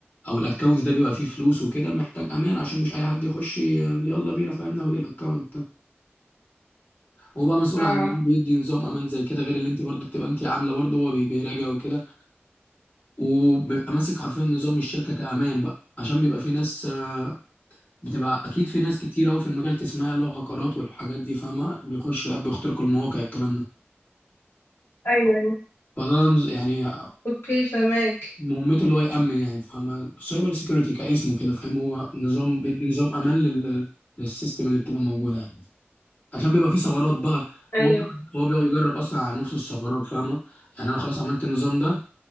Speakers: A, on the left; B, on the left.
A: أو الأكونت ده بيبقى فيه فلوس وكده محتاج أمان عشان مش أي حد يخش ي- يلا بينا فاهم ناخد الأكونت ده هو بقى مسؤول
B: اه
A: عن إيه، بيدي نظام أمان زي كده غير اللي أنت برضه بتبقى أنت عاملة برضه هو بي- بيراجع وكده وبيبقى ماسك حرفيا نظام الشركة كأمان بقى عشان بيبقى في ناس آه، بتبقى اكيد في ناس كتير قوي في المجال تسمعها اللي هو هكرات والحاجات دي فاهمه بيخشوا يحبوا يخترقوا المواقع الكلام ده
B: ايوه أيوة.
A: فده نز- يعني
B: اوكي فهماك
A: مهمته اللي هو يأمن يعني فاهم سايبر سيكيورتي كاسمه كده فاهم هو نظام بيدي نظام امان لل... للسيستم اللي بتبقى موجوده يعني عشان بيبقى فيه ثغرات بقى
B: ايوه
A: هو بيقعد- هو بيقعد يجرب اصلا على نفسه الثغرات فاهمه يعني انا خلاص عملت النظام ده